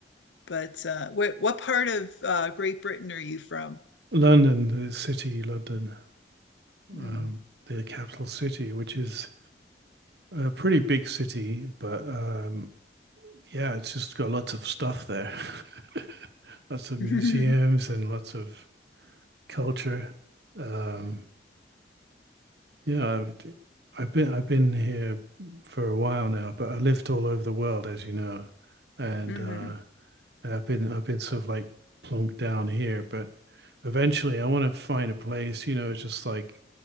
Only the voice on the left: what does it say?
But uh, what what part of uh, Great Britain are you from?
Mm.
<laughs>
hmm